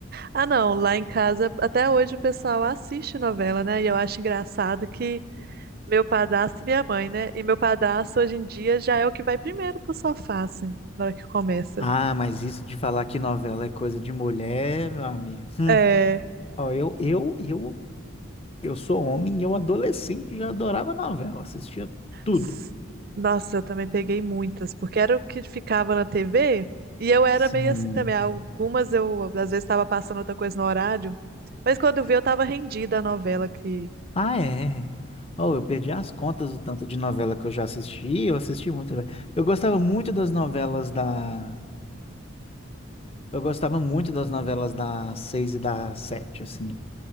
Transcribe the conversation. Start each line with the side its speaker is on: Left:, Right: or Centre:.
Right: Ah, não, lá em casa, até hoje o pessoal assiste novela, né? E eu acho engraçado que meu padrasto e minha mãe, né? E meu padrasto hoje em dia já é o que vai primeiro pro sofá, assim, na hora que começa.
Left: Ah, mas isso de falar que novela é coisa de mulher, meu amigo.
Right: É.
Left: Ó, eu, eu, eu, eu sou homem e eu adolescente já adorava novela, assistia tudo.
Right: S- Nossa, eu também peguei muitas, porque era o que ficava na TV e eu era
Left: Sim.
Right: meio assim também. Algumas eu, às vezes, estava passando outra coisa no horário, mas quando eu vi, eu estava rendida à novela que.
Left: Ah, é. Oh, eu perdi as contas do tanto de novela que eu já assisti, eu assisti muito. velho. Eu gostava muito das novelas da. Eu gostava muito das novelas da seis e da sete, assim.